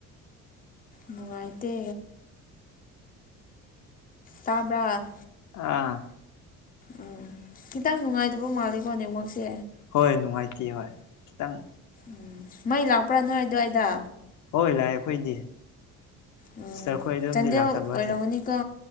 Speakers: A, on the left; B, on the left.
A: ꯅꯨꯡꯉꯥꯏꯇꯦ ꯇꯥꯕ꯭ꯔꯥ
B: ꯑꯥ
A: ꯑꯥ ꯈꯤꯇꯪ ꯅꯨꯡꯉꯥꯏꯇꯕ ꯃꯥꯜꯂꯦꯀꯣ ꯅꯦꯠꯋꯥꯛꯁꯦ
B: ꯍꯣꯏ ꯅꯨꯡꯉꯥꯏꯇꯦ ꯍꯣꯏ ꯈꯤꯇꯪ
A: ꯎꯝ ꯃꯩ ꯂꯥꯛꯄ꯭ꯔꯥ ꯅꯣꯏ ꯗ꯭ꯋꯥꯏꯗ
B: ꯍꯣꯏ ꯂꯥꯛꯑꯦ ꯈꯣꯏꯗꯤ
A: ꯎꯝ
B: ꯁꯤꯁꯇꯔꯈꯣꯏ ꯑꯗꯨꯝꯗꯤ
A: ꯆꯥꯟꯗꯦꯜ
B: ꯂꯥꯛꯇꯕ꯭ꯔ
A: ꯑꯣꯏꯔꯝꯒꯅꯤꯀꯣ
B: ꯍꯥꯏꯁꯦ